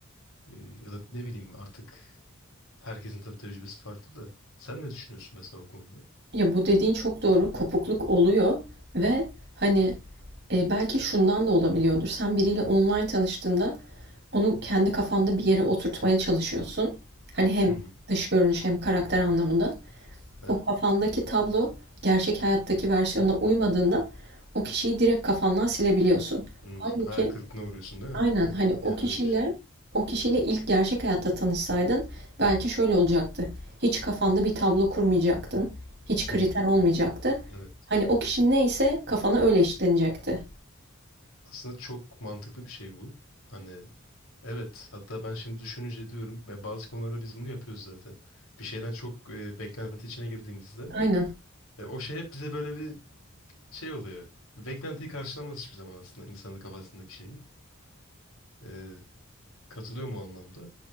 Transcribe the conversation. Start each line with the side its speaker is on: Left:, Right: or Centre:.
Left: Ee, ya da ne bileyim artık herkesin tabii tecrübesi farklı da sen ne düşünüyorsun mesela o konuda?
Right: Ya bu dediğin çok doğru. Kopukluk oluyor ve hani e, belki şundan da olabiliyordur. Sen biriyle online tanıştığında onu kendi kafanda bir yere oturtmaya çalışıyorsun. Hani hem
Left: Hı hı.
Right: dış görünüş hem karakter anlamında.
Left: Evet.
Right: O kafandaki tablo gerçek hayattaki versiyonuna uymadığında o kişiyi direkt kafandan silebiliyorsun.
Left: Hmm,
Right: Halbuki
Left: hayal kırıklığına uğruyorsun değil mi?
Right: Aynen hani
Left: Bir de- Yani
Right: o kişiyle
Left: öyle bir şey.
Right: o kişiyle ilk gerçek hayatta tanışsaydın belki şöyle olacaktı. Hiç kafanda bir tablo kurmayacaktın. Hiç kriter
Left: Hı hı.
Right: olmayacaktı.
Left: Evet.
Right: Hani o kişi neyse kafana öyle işlenecekti.
Left: Aslında çok mantıklı bir şey bu. Hani Evet, hatta ben şimdi düşününce diyorum ve bazı konularda biz bunu yapıyoruz zaten. Bir şeyden çok e, beklenti içine girdiğimizde
Right: Aynen.
Left: e, o şey hep bize böyle bir şey oluyor. Beklentiyi karşılamaz hiçbir zaman aslında insanın kafasındaki şeyi. E, katılıyor mu o anlamda?